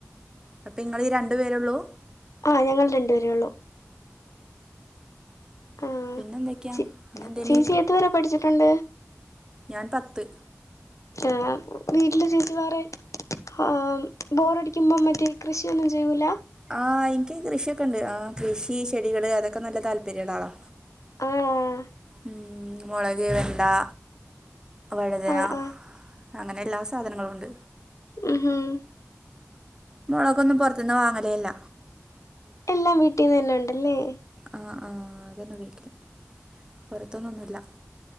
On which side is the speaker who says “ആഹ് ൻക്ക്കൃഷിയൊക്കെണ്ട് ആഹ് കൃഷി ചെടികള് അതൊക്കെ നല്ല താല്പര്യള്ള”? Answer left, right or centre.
Right